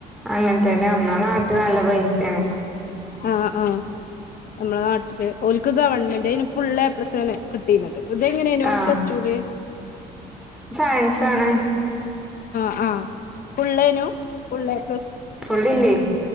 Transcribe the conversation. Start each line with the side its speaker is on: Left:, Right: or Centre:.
Centre: അങ്ങെൻ തന്നെ നമ്മള നാട്ട് നല്ല പൈസേണ്.
Left: ആ ആ നമ്മളെ നാ ട്ട്ല് ഓൽക്ക് ഗവൺമെന്റ് അയിന് ഫുള്ള് ഏ പ്ലസ് ആണ് കിട്ടീണെത്. ഇതെങ്ങനെയെനു
Centre: ആ
Left: പ്ലസ് ടു ല്
Centre: യെൻസാണ്.
Left: ആ ഫുള്ളേനു. ഫുൾ ഏ പ്ല സ്
Centre: ഫുള്ളില്ലേ